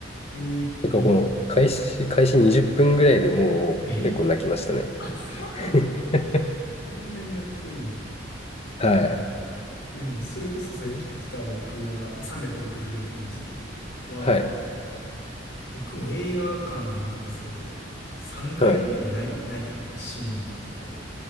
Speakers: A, on the left; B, on the left.
A: えー、
B: 結構この開始、
A: 見よ
B: 開始20分ぐらいでもう結構泣きましたね。
A: う。え、<laughs> あ、そうなん、
B: <laughs>
A: そんなに泣くんや。
B: は
A: え、えでも、それこそさっき言ってた僕が、
B: い。
A: あ366日は、
B: はい。
A: 僕も映画館で見たんですけど、3回ぐらい泣い、
B: はい。
A: 泣いたかな、シーンがあって。